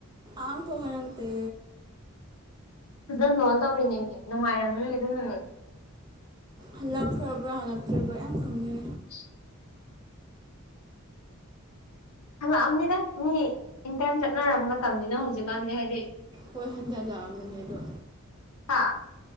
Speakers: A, on the right; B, on the left.
A: ꯑꯝ ꯐꯥꯎ ꯍꯥꯏꯔꯛꯇꯦ
B: ꯐꯖꯟꯂꯣꯟ ꯇꯧꯔꯤꯉꯩ ꯅꯨꯡꯉꯥꯏꯔꯝꯅꯤ ꯑꯗꯨꯅꯅꯦ
A: ꯍꯜꯂꯛꯈ꯭ꯔꯕ꯭ꯔꯥ ꯍꯜꯂꯛꯇꯔꯤꯕ꯭ꯔꯥ ꯌꯥꯝ ꯈꯪꯅꯤꯡꯉꯦ
B: <inaudible> ꯍꯜꯂꯛꯑꯝꯅꯤꯗ ꯃꯤ ꯏꯟꯇꯔꯟ ꯆꯠꯅꯔ ꯃꯇꯝꯅꯤꯅ ꯍꯧꯖꯤꯛꯀꯥꯟꯗꯤ ꯍꯥꯏꯗꯤ
A: ꯍꯣꯏ ꯍꯟꯗꯛ ꯂꯥꯛꯑꯝꯕꯅꯤ ꯑꯗꯣ
B: ꯍꯥꯥ